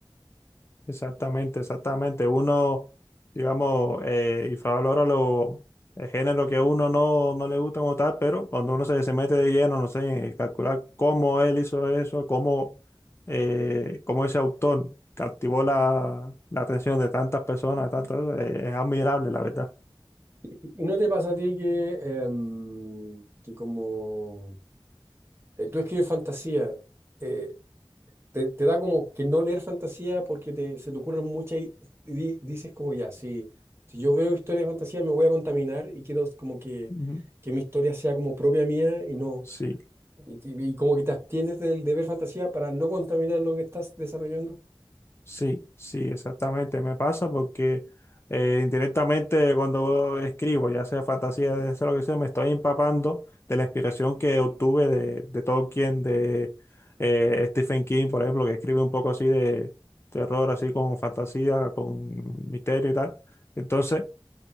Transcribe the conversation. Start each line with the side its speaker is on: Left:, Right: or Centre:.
Left: Exactamente, exactamente. Uno, digamos, eh, infravalora los géneros que a uno no, no le gusta como tal, pero cuando uno se, se mete de lleno, no sé, en calcular cómo él hizo eso, cómo, eh, cómo ese autor captivó la, la atención de tantas personas, de tantas, eh, es admirable, la verdad.
Right: ¿Y no te pasa a ti que, em, que como eh, tú escribes fantasía, eh, te, te da como que no leer fantasía porque te, se te ocurren muchas y, y di- dices como ya, si, si yo veo historias de fantasía me voy a contaminar y quiero como que,
Left: Ujú.
Right: que mi historia sea como propia mía y no,
Left: Sí.
Right: y, y- y como que te abstienes del de ver fantasía para no contaminar lo que estás desarrollando.
Left: Sí, sí, exactamente. Me pasa porque eh, indirectamente cuando escribo, ya sea fantasía, ya sea lo que sea, me estoy empapando de la inspiración que obtuve de, de Tolkien, de eh, Stephen King, por ejemplo, que escribe un poco así de terror, así con fantasía, con misterio y tal. Entonces,